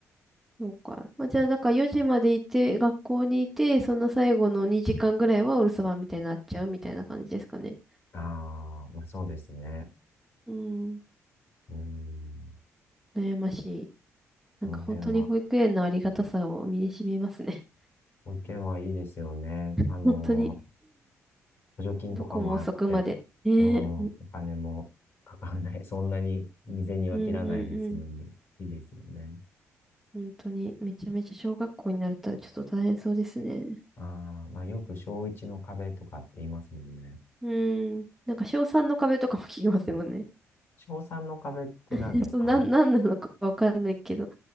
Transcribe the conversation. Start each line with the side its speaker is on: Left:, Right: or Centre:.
Centre: そうか。まあ、じゃあ、だから4時までいて、学校にいて、その最後の2時間ぐらいはお留守番みたいになっちゃうみたいな感じですかね。
Left: ああ、まあそうですね。
Centre: うん、
Left: うん、
Centre: 悩ましい。
Left: この辺は。
Centre: なんか本当に保育園のありがたさを身に染みますね。
Left: ご意見はいいですよね。
Centre: <laughs>
Left: あのー
Centre: 本当に。
Left: 補助金とかもあって、
Centre: どこも遅くまで。ねえ、
Left: うん、
Centre: うん
Left: お金もかからない。<laughs> そんなに未然には切らないで済むんで、
Centre: うんうんうん。
Left: いいですよね。
Centre: 本当に、めちゃめちゃ小学校になったらちょっと大変そうですね。
Left: ああ、まあよく小1の壁とかって言いますもんね。
Centre: うん。なんか小3の壁とかも <laughs> 聞きますもんね。
Left: 小3の壁って何ですか
Centre: <laughs> そう、なん、なんなのかわかんないけど。